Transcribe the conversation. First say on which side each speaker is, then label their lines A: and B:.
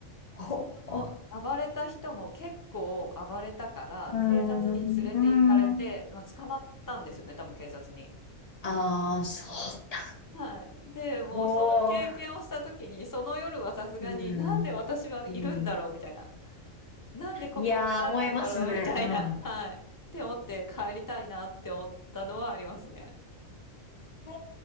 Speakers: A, on the left (about 80°); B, on the left (about 20°).
A: ほ、
B: その暴れた人も結構暴れたから、
A: うーん、
B: 警察に連れて行かれて、
A: うーん、
B: まあ、捕まったんですよね、多分警察に。
A: ああ、そうだ。
B: はい。で、もうその経験をした時に、
A: おー、
B: その夜はさすがに、
A: うん、
B: なんで私はいるんだろうみたいな。
A: うん。
B: なんでここを選んだんだろうみたいな。
A: いやー、思いますね。うん。
B: はい。って思って帰りたいなって思ったのはありますね。
A: へ